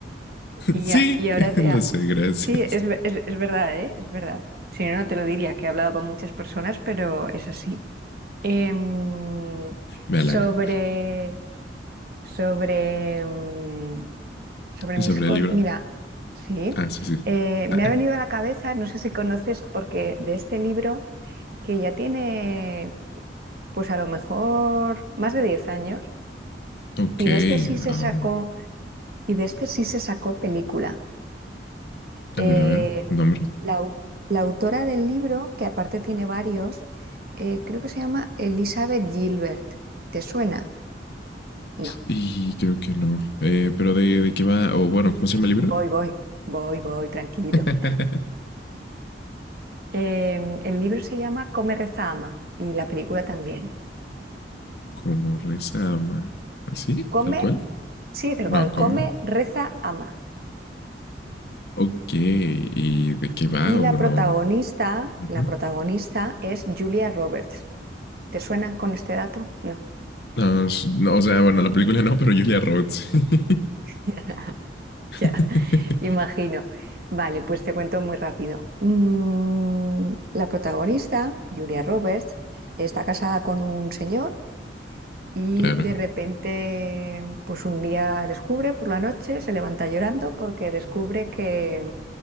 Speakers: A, on the right; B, on the left.
A: Y,
B: sí,
A: ya- y ahora te...
B: lo
A: ha-
B: sé, gracias.
A: Sí, es, ve- es, es verdad, ¿eh? Es verdad. Si no, no te lo diría, que he hablado con muchas personas, pero es así. Em,
B: Me
A: sobre,
B: halaga.
A: sobre, mm, Sobre
B: Sobre
A: mis cosas.
B: el libro.
A: Mira, sí.
B: Ah, sí, sí.
A: Eh,
B: Ah,
A: me ha venido a la cabeza, no sé si conoces, porque de este libro que ya tiene, pues a lo mejor más de 10 años,
B: ok.
A: y de este sí se
B: um,
A: sacó, y de este sí se sacó película. Eh,
B: a ver, a ver, nombre.
A: la, au- la autora del libro, que aparte tiene varios, eh, creo que se llama Elizabeth Gilbert. ¿Te suena? No.
B: Y creo que no. Eh, pero de, de qué va, o oh, bueno, ¿cómo se llama el libro?
A: Voy, voy, voy, voy, tranquilo.
B: <laughs>
A: Eh, el libro se llama Come, reza, ama, y la película también.
B: Como reza ama. ¿Así?
A: Come,
B: ¿Tal cual?
A: sí, tal
B: No,
A: cual,
B: come.
A: come, reza, ama.
B: Ok. ¿Y de qué va?
A: Y la
B: O
A: protagonista,
B: no. Ujú.
A: la protagonista es Julia Roberts. ¿Te suena con este dato? No.
B: No, s- no, o sea, bueno, la película no, pero Julia Roberts. <laughs>
A: <laughs>
B: <laughs>
A: Ya, imagino. Vale, pues te cuento muy rápido. Mm, la protagonista, Julia Roberts, está casada con un señor y
B: Claro,
A: de repente, pues un día descubre por la noche, se levanta llorando porque descubre que,